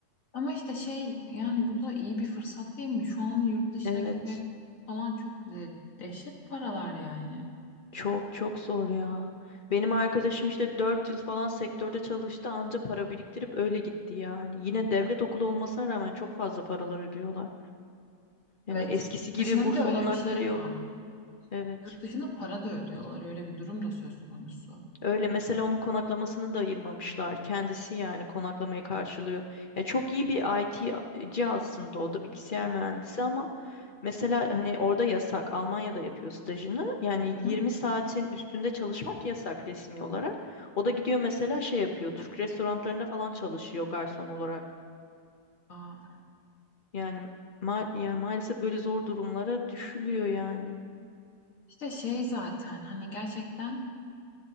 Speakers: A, on the left; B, on the left.
A: Ama işte şey yani bu da iyi bir fırsat değil mi? Şu an yurt dışına
B: Evet.
A: gitmek falan çok güzel. Dehşet paralar yani.
B: Çok çok zor ya. Benim arkadaşım işte 4 yıl falan sektörde çalıştı anca para biriktirip öyle gitti yani. Yine devlet okulu olmasına rağmen çok fazla paralar ödüyorlar. Yani
A: Evet.
B: eskisi gibi
A: dışına
B: burs
A: bir de öyle
B: olanakları
A: bir şey
B: yok.
A: var.
B: Evet.
A: Yurt dışına para da ödüyorlar. Öyle bir durum da söz konusu.
B: Öyle mesela onun konaklamasını da ayırmamışlar. Kendisi yani konaklamayı karşılıyor. Ya çok iyi bir IT'ci aslında o da bilgisayar mühendisi ama Mesela hani orada yasak, Almanya'da yapıyor stajını. Yani
A: Hı?
B: 20 saatin üstünde çalışmak yasak resmi olarak. O da gidiyor mesela şey yapıyor, Türk restoranlarında falan çalışıyor garson olarak.
A: Aa,
B: Yani, ma yani maalesef böyle zor durumlara düşülüyor yani.
A: işte şey zaten hani gerçekten